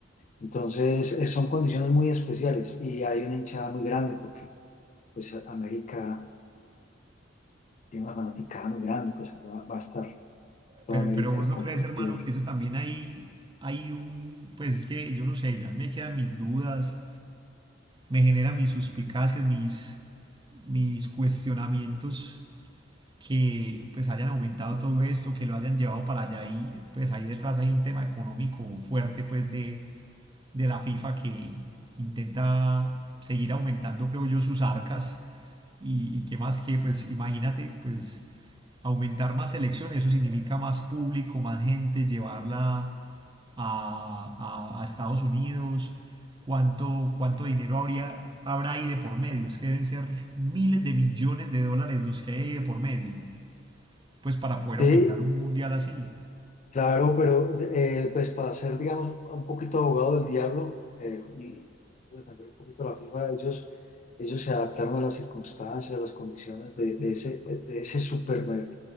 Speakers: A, on the left; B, on the right.
A: Entonces, eh, son condiciones muy especiales y hay una hinchada muy grande porque pues América tiene una fanaticada muy grande, pues va, va a estar toda
B: Pero,
A: América
B: pero vos no
A: comprometida.
B: crees, hermano, que eso también hay, hay un, pues es que yo no sé, ya me quedan mis dudas, me genera mis suspicacias, mis, mis cuestionamientos que pues hayan aumentado todo esto, que lo hayan llevado para allá y pues ahí detrás hay un tema económico fuerte pues de, de la FIFA que intenta seguir aumentando, creo yo, sus arcas y, y qué más que pues imagínate, pues aumentar más elecciones, eso significa más público, más gente, llevarla a, a- a Estados Unidos, cuánto, cuánto dinero habría, habrá ahí de por medio, es que deben ser miles de millones de dólares los que hay ahí de por medio, pues para poder
A: Sí,
B: aumentar un mundial así.
A: claro, pero eh, pues para ser, digamos, un poquito abogado del diablo eh, y defender un poquito la FIFA, ellos, ellos se adaptaron a las circunstancias, a las condiciones de, de ese, de ese supermer-